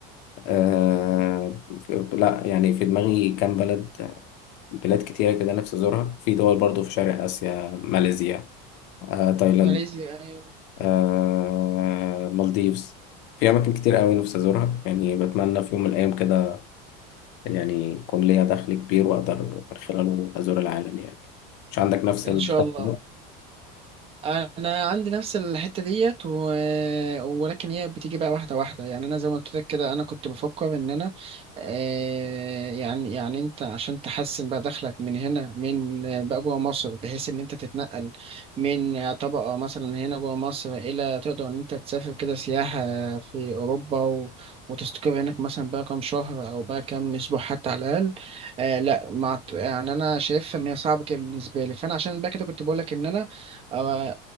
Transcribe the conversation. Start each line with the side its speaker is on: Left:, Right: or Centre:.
Left: آه... لا يعني في دماغي كام بلد بلاد كتيرة كده نفسي أزورها في دول برضو في شرق آسيا ماليزيا آه... تايلاند
Right: ماليزيا ايوه
Left: آه... مالديفز في أماكن كتير أوي نفسي أزورها يعني بتمنى في يوم من الأيام كده يعني يكون ليا دخل كبير وأقدر من خلاله أزور العالم يعني مش عندك نفس
Right: ان
Left: الشرط
Right: شاء الله انا عندي نفس الحته ديت و... ولكن هي بتيجي بقى واحده واحده يعني انا زي ما قلت لك كده انا كنت بفكر ان انا آه يعني يعني انت عشان تحسن بقى دخلك من هنا من بقى جوه مصر بحيث ان انت تتنقل من طبقه مثلا هنا جوه مصر الى تقدر ان انت تسافر كده سياحه في اوروبا و... وتستقر هناك مثلا بقى كام شهر او بقى كام اسبوع حتى على الاقل آه لا مع... يعني انا شايف ان هي صعبه كده بالنسبه لي فانا عشان بقى كده كنت بقول لك ان انا آه،